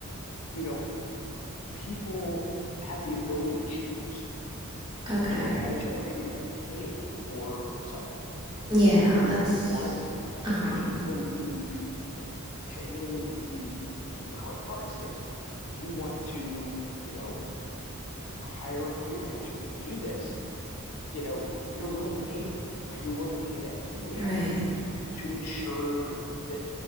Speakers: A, on the left (about 75°); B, on the right (about 20°).
A: you know, people have the ability to choose.
B: Okay.
A: between AI generated and paying for someone.
B: Yeah,
A: And if
B: that's.
A: you want,
B: Uh huh.
A: if you believe, like genuinely believe, like in your heart of hearts, that you want to, you know, hire a freelancer to do this, you know, you're willing to pay for it, right? You're willing to pay that premium
B: Right.
A: to ensure that